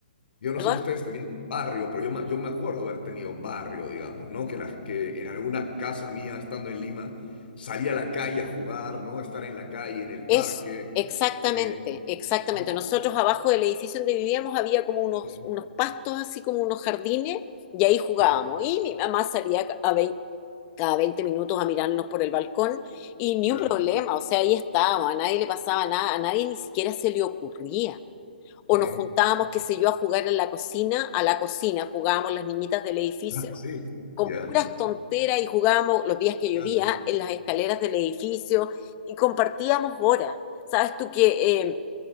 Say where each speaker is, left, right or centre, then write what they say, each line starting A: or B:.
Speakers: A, on the left (about 65°); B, on the left (about 25°).
A: Yo no
B: ¿perdón?
A: sé si ustedes tenían barrio, pero yo me, yo me acuerdo haber tenido barrio, digamos, ¿no? Que, la- que en alguna casa mía, estando en Lima, salía a la calle a jugar, ¿no? Estar en la calle, en el
B: Es
A: parque,
B: exactamente,
A: eh,
B: exactamente.
A: ¿no?
B: Nosotros abajo del edificio donde vivíamos había como unos,
A: Sí,
B: unos pastos, así como unos jardines, y ahí jugábamos.
A: sí,
B: Y mi mamá salía ca- a vein- cada 20 minutos a mirarnos por el balcón y ni
A: claro,
B: un problema, o sea, ahí estábamos, a nadie le pasaba nada, a nadie ni siquiera se le ocurría. O
A: sí.
B: nos juntábamos,
A: <laughs>
B: qué sé yo, a jugar en la cocina, a la cocina, jugábamos las niñitas del edificio
A: Ah, sí,
B: con
A: ya,
B: puras tonteras y jugábamos los días que
A: claro.
B: llovía en las escaleras del edificio y compartíamos horas. Sabes tú que eh,